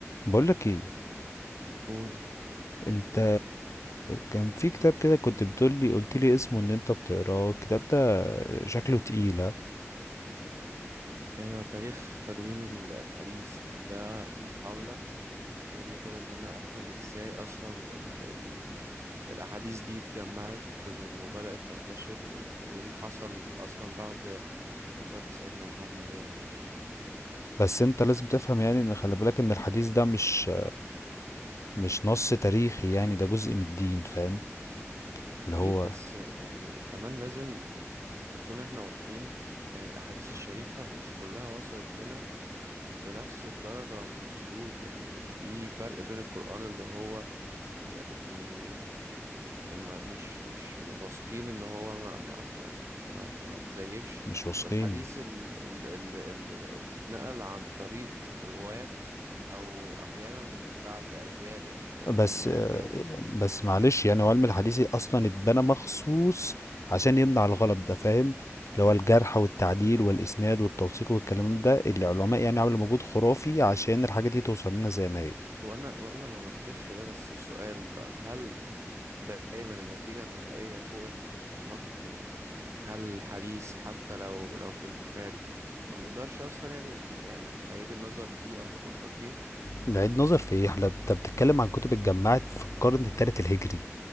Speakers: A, on the left; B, on the right.
A: بقولك ايه
B: قول
A: انت كان في كتاب كده كنت بتقولي قلتلي اسمه ان انت بتقراه الكتاب ده شكله تقيلة
B: ايوه تاريخ تدوين ال- الحديث يعني ده محاولة مني كده ان انا افهم ازاي اصلا ال ال الاحاديث دي اتجمعت وبدأت تنتشر و- وايه اللي حصل اصلا بعد وفاة سيدنا محمد يعني
A: بس انت لازم تفهم يعني ان خلي بالك ان الحديث ده مش مش نص تاريخي يعني ده جزء من الدين فاهم اللي
B: اكيد
A: هو
B: بس يعني كمان لازم نكون احنا واضحين يعني الاحاديث الشريفة مش كلها وصلت لنا بنفس الدرجة من الثبوت يعني في فرق بين القرآن اللي هو يعني ما- مش مش واثقين ان هو ما ما ما ما, ما تزيفش
A: مش واثقين
B: والحديث ال- ال- ال- ال- اللي اتنقل عن طريق رواه او احيانا بعد اجيال يعني فاهم
A: بس
B: يعني اجيال
A: بس معلش يعني هو علم الحديث اصلا اتبنى مخصوص عشان يمنع الغلط ده فاهم اللي هو الجرح والتعديل والاسناد والتوثيق والكلام ده اللي العلماء يعني عملوا مجهود خرافي عشان الحاجة دي توصل لنا زي ما هي
B: وانا وانا ما بنكرش ده بس السؤال بقى هل دايما النتيجة النهائية فوق الن- النقد يعني هل الحديث حتى لو لو في البخاري ما نقدرش اصلا يعني ن- ن- نعيد النظر فيه او نفكر فيه
A: نعيد نظر في ايه احنا انت بتتكلم عن كتب اتجمعت في القرن الثالث الهجري